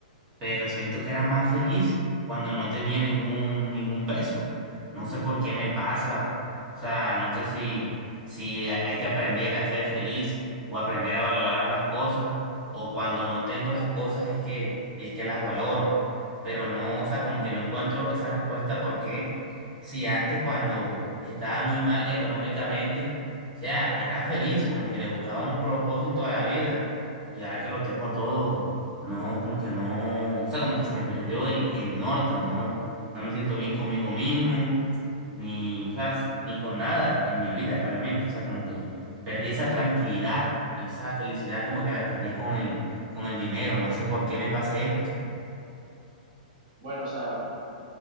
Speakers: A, on the right; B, on the right.
A: pero siento que era más feliz cuando no tenía ningún, ningún peso. No sé por qué me pasa. O sea, no sé si, si ha- hay que aprender a ser feliz o aprender a valorar las cosas o cuando no tengo las cosas es que, es que las valoro. Pero no, o sea, como que no encuentro esa respuesta porque si antes cuando estaba muy mal económicamente, o sea, era feliz, como que le buscaba un propósito a la vida y ahora que lo tengo todo. No, como que no, o sea, como que se me perdió el, el norte, no, no me siento bien conmigo mismo, ni, o sea, s- ni con nada en mi vida realmente, o sea, como que perdí esa tranquilidad, esa felicidad, como que la perdí con el, con el dinero, no sé por qué me pase esto.
B: Bueno, o sea,